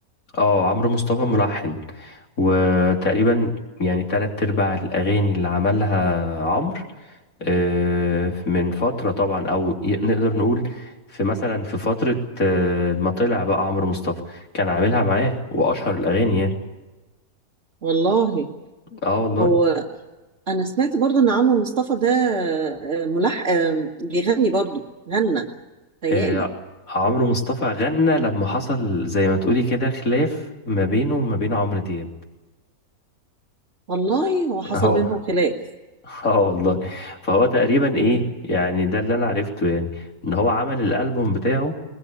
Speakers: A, on the left; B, on the right.
A: اه عمرو مصطفى ملحن وتقريبا يعني تلات ارباع الاغاني اللي عملها عمرو آه، من فترة طبعا أو ي- نقدر نقول في مثلا في فترة آه، ما طلع بقى عمرو مصطفى كان عاملها معاه وأشهر الأغاني يعني
B: والله
A: اه والله
B: هو أنا سمعت برضو إن عمرو مصطفى ده آه، ملح آه، بيغني برضو غنى تهيألي
A: آه، عمرو مصطفى غنى لما حصل زي ما تقولي كده خلاف ما بينه وما بين عمرو دياب
B: والله هو حصل
A: اه
B: بينهم خلاف
A: <laughs> اه والله فهو تقريبا
B: مم.
A: ايه يعني ده اللي انا عرفته يعني ان هو عمل الالبوم بتاعه